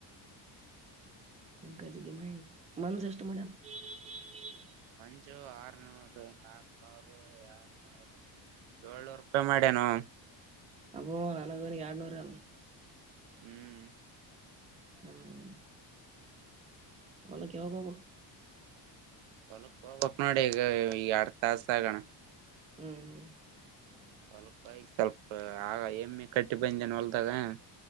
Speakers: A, on the right; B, on the right.
A: <inaudible> ನಿಮ ಕಜಿಗೆ ಮೈಂಡ್ ಮನ್ಸ ಎಷ್ಟು ಮಾಡಣ <unintelligible>
B: ಮಂಜು ಆರುನೂರು ನಾಕನೂರು ಎಳ್ನೂರು ಏಳ್ನೂರು ರೂಪಾಯಿ ಮಾಡ್ಯನು
A: ಅವು <unintelligible> ಎಳ್ನೂರುಲ್ಲ
B: ಹ್ಮ್
A: ಹ್ಮ್ ಒಲ್ಲಕ್ಕೆವೋಗ <unintelligible>
B: ಒಲಕ್ಕ ಹೋಗ್ಬೇಕು ನೋಡಿ ಈಗ <unintelligible> ತಾಸ ಆಗಣ
A: ಹ್ಮ್ <inaudible>
B: ಹೊಲ್ ಹೋಗಿ ಸ್ವಲ್ಪ ಆಗ ಹೆಮ್ಮೆ ಕಟ್ಟಿ ಬಂದನ ಹೊಲ್ದಾಗ <unintelligible>